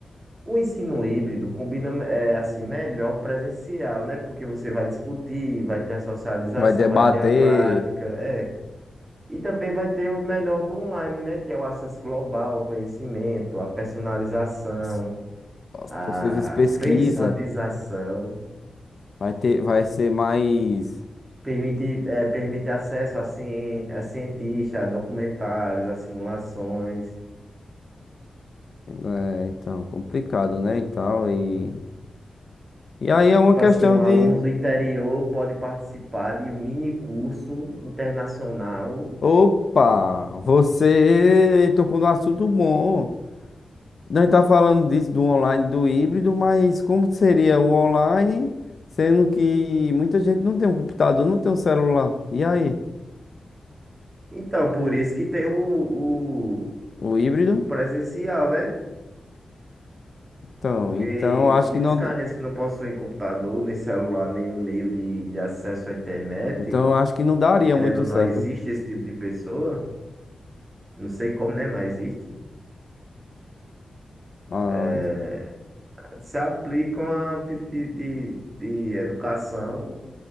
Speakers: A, on the right; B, on the left.
A: O ensino híbrido combina é, assim melhor o presencial, né? Porque você vai discutir, vai ter a socialização,
B: Vai debater
A: vai ter a prática, é. E também vai ter o melhor do online, né? Que é o acesso global ao conhecimento, a personalização,
B: as, as
A: a
B: possíveis pesquisas,
A: persuadização.
B: vai ter, vai ser mais,
A: Permite, é, permite acesso a, cien- a cientistas, a documentários, a simulações.
B: né, então, complicado, né? E tal, e, e aí é uma
A: Tipo
B: questão
A: assim, um aluno
B: de,
A: do interior pode participar de um mini curso internacional.
B: opa, você tocou no assunto bom. Nós tá falando disso do online, do híbrido, mas como seria o online, sendo que muita gente não tem um computador, não tem um celular. E aí?
A: Então, por isso que tem o, o,
B: O híbrido?
A: o presencial, né?
B: Então,
A: Porque
B: então acho
A: famílias
B: que não,
A: carentes que não possuem computador, nem celular, nenhum meio de, de acesso à internet,
B: então acho que não daria
A: querendo
B: muito
A: ou não,
B: certo.
A: existe esse tipo de pessoa. Não sei como, né? Mas existe.
B: Ah,
A: É, se aplicam a tipo de, de, de educação